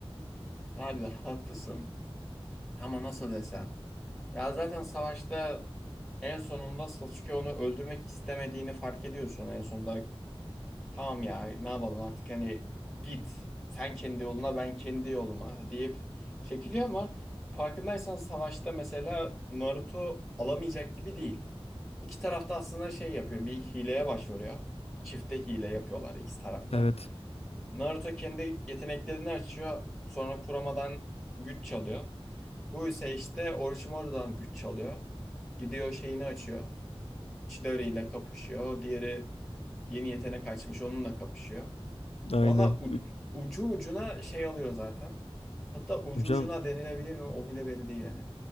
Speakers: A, in the centre; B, on the left (about 80°).
A: abi haklısın. Ama nasıl desem. Ya zaten savaşta en sonunda Sasuke onu öldürmek istemediğini fark ediyorsun en sonunda. Tamam ya ne yapalım artık hani git sen kendi yoluna ben kendi yoluma deyip çekiliyor ama farkındaysan savaşta mesela Naruto alamayacak gibi değil. İki tarafta aslında şey yapıyor bir hileye başvuruyor. Çifte hile yapıyorlar iki tarafta.
B: Evet,
A: Naruto kendi yeteneklerini açıyor sonra Kurama'dan güç çalıyor. Bu ise işte Orochimaru'dan güç çalıyor. Gidiyor şeyini açıyor. Chidori ile kapışıyor. O Diğeri yeni yetenek açmış onunla kapışıyor.
B: aynen.
A: Valla u-
B: Ü-
A: ucu ucuna şey alıyor zaten. Hatta ucu
B: Hocam
A: ucuna denilebilir mi o bile belli değil hani.